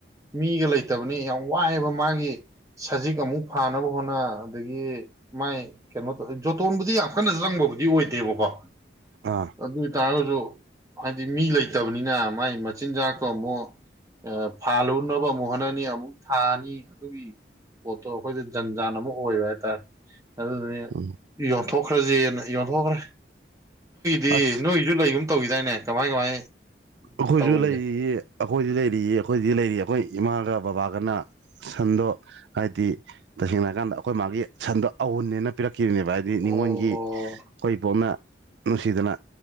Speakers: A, on the right; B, on the right.
A: ꯃꯤꯒ ꯂꯩꯇꯕꯅꯤ ꯌꯥꯝ ꯋꯥꯏ ꯑꯕ ꯃꯥꯒꯤ ꯁꯖꯤꯛ ꯑꯃꯨꯛ ꯐꯥꯟꯅꯕ ꯍꯣꯠꯅ ꯑꯗꯒꯤ ꯃꯥꯏ ꯀꯩꯅꯣꯇꯧ ꯖꯣꯇꯣꯟ ꯕꯨꯗꯤ ꯌꯥꯝ ꯀꯟꯅ ꯁꯨ ꯆꯪꯕꯕꯨꯗꯤ ꯑꯣꯏꯗꯦꯕꯀꯣ
B: ꯑꯥ
A: ꯑꯗꯨ ꯑꯣꯏ ꯇꯔꯒꯁꯨ ꯍꯥꯏꯗꯤ ꯃꯤ ꯂꯩꯇꯕꯅꯤꯅ ꯃꯥꯏ ꯃꯆꯤꯟꯖꯥꯛꯇꯣ ꯑꯃꯨꯛ ꯐꯥꯜꯂꯨꯅꯕ ꯑꯃꯨꯛ ꯍꯣꯠꯅꯅꯤ ꯑꯃꯨꯛ ꯊꯥꯅꯤ ꯑꯗꯨꯒꯤ ꯄꯣꯠꯇꯣ ꯑꯩꯈꯣꯏꯗ ꯖꯟ ꯖꯥꯟ ꯑꯃ ꯑꯣꯏꯕ ꯍꯥꯏꯇꯥꯔꯦ ꯑꯗꯨ ꯗꯨꯗꯨꯅ
B: ꯎꯝ
A: ꯌꯣꯟ ꯊꯣꯛꯈ꯭ꯔꯁꯦꯅ ꯌꯣꯟꯊꯣꯛꯈ꯭ꯔꯦ ꯗꯤ
B: ꯑꯁ
A: ꯅꯣꯏꯁꯨ ꯂꯩꯒꯨꯝ ꯇꯧꯈꯤ ꯗꯥꯏꯅꯦ ꯀꯃꯥꯏ ꯀꯃꯥꯏ
B: ꯑꯩꯈꯣꯏꯁꯨ
A: ꯇꯧꯔꯤꯒꯦ
B: ꯂꯩꯔꯤꯌꯦ ꯑꯩꯈꯣꯏꯁꯨ ꯂꯩꯔꯤꯌꯦ ꯑꯩꯈꯣꯏꯗꯤ ꯂꯩꯔꯤꯌꯦ ꯑꯩꯈꯣꯏ ꯏꯃꯥꯒ ꯕꯕꯥꯒꯅ ꯁꯟꯗꯣ ꯍꯥꯏꯗꯤ ꯇꯁꯦꯡꯅ ꯍꯥꯏꯀꯥꯟꯗ ꯑꯩꯈꯣꯏ ꯃꯥꯒꯤ ꯁꯟꯗꯣ ꯑꯎꯟꯅꯦꯅ ꯄꯤꯔꯛ ꯈꯤꯕꯅꯦꯕꯥ ꯍꯥꯏꯗꯤ
A: ꯑꯣ
B: ꯅꯤꯡꯉꯣꯟꯒꯤ ꯑꯩꯈꯣꯏ ꯏꯕꯣꯛꯅꯥ ꯅꯨꯡꯁꯤꯗꯅ